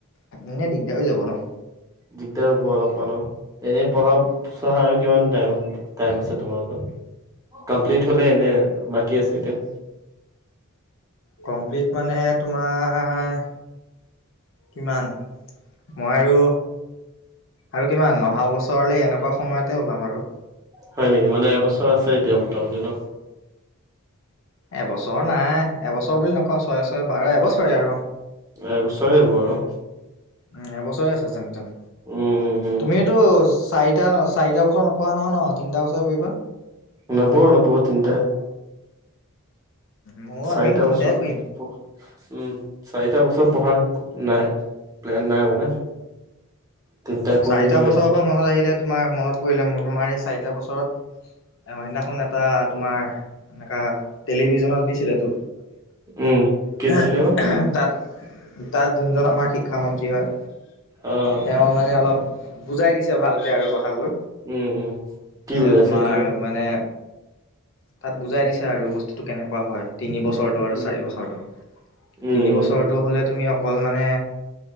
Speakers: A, on the left; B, on the right.
A: এনেই দিগদাৰ হৈ যাব ন।
B: দিগদাৰ হ'ব অলপমান আৰু। এনেই পঢ়া, চঢ়া আৰু কিমান টাইম টাইম আছে তোমালোকৰ? কমপ্লিট হলে এনে বাকী আছে এতিয়া।
A: কমপ্লিট মানে তোমাৰ- কিমান? মই আৰু আৰু কিমান অহা বছৰলে এনেকুৱা সময়তে ওলাম আৰু
B: হয় নিকি মানে এবছৰ আছে এতিয়া মোটামুটি ন?
A: এবছৰ নাই এবছৰ বুলি নকওঁ ছয়ে ছয়ে বাৰ এবছৰে আৰু অ
B: এবছৰে হ'ব আৰু
A: উম এবছৰে আছে যেনতেন
B: উম, উম,
A: তুমিওটো চাৰিটা ন চাৰিটা বছৰ নপঢ়া নহয় ন তিনটা বছৰ পঢ়িবা
B: নোপোৰো-নোপোৰো তিনটাই
A: ময়ো
B: চাৰিটা
A: আমিও তিনিটাই
B: বছৰ
A: পঢ়িম।
B: পঢ় উম, চাৰিটা বছৰ পঢ়া নাই প্লেন নাই মানে তিনিটাই পঢ়িম
A: চাৰিটা
B: বুলি ভাবিছো
A: বছৰৰ পৰা মনত আহিলে, তোমাৰ মনত পৰিলে মোৰ তোমাৰ এই চাৰিটা বছৰত- অ সেই দিনাখন এটা তোমাৰ এনাকা টেলিভিজনত দিছিলেতো।
B: উম, কি
A: <unintelligible>
B: দিছিলে বা
A: তাত তাত যোনজন আমাৰ শিক্ষামন্ত্ৰী হয়
B: অ'।
A: তেওঁ মানে অলপ বুজাই দিছে ভালকে আৰু কথাবোৰ,
B: উম, উম, কি
A: যে
B: বুজাইছে
A: তোমাৰ
B: কিবা
A: মানে, তাত বুজায় দিছে আৰু বস্তুটো কেনেকুৱা হয় তিনি বছৰ ঘৰটো আৰু
B: উম,
A: চাৰি
B: উম,
A: বছৰটো,
B: উম,
A: তিনি
B: উম,
A: বছৰ। চৰটো হলে তুমি অকল মানে,